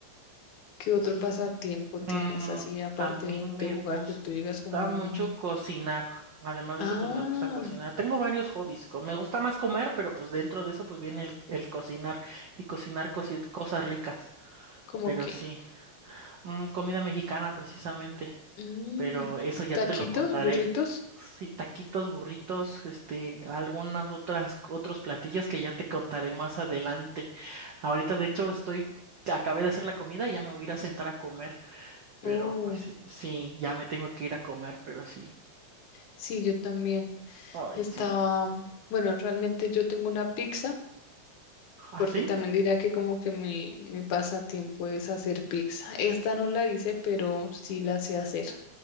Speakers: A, on the left (about 80°); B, on the right (about 80°).
A: ¿qué otro
B: sí,
A: pasatiempo tienes
B: Mm,
A: así aparte
B: a mí me
A: de jugar
B: gusta
A: que tú digas como, "Mm,
B: mucho cocinar. Además
A: ah,
B: de eso, pues me gusta cocinar. Tengo varios hobbies. co- Me gusta más comer, pero pues dentro de eso, pues viene el, el cocinar y cocinar cosi- cosas ricas.
A: como
B: Pero
A: qué?
B: sí, mm, comida mexicana precisamente.
A: Mm,
B: Pero eso ya
A: taquitos,
B: te lo contaré.
A: burritos.
B: Sí, taquitos, burritos, este, algunas otras, otros platillos que ya te contaré más adelante. Ahorita, de hecho, estoy, acabé de hacer la comida y ya me voy a ir a sentar a comer. Pero
A: Oh,
B: pues sí, sí, ya me tengo que ir a comer, pero sí.
A: sí, yo también
B: Ay,
A: estaba,
B: sí.
A: bueno, realmente yo tengo una pizza,
B: ¿Ah,
A: porque
B: sí?
A: también diría que como que mi, mi pasatiempo es hacer pizza. Esta no la hice, pero sí la sé hacer.